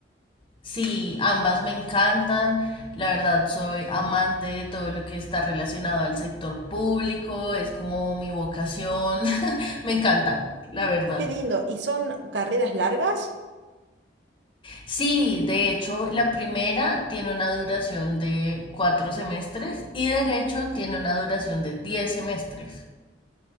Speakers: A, on the left; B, on the right.
A: sí, ambas me encantan. La verdad, soy amante de todo lo que está relacionado al sector público. Es como mi vocación. <laughs> Me encanta, la verdad.
B: qué lindo. ¿Y son carreras largas?
A: Sí, de hecho, la primera tiene una duración de cuatro semestres y derecho tiene una duración de diez semestres.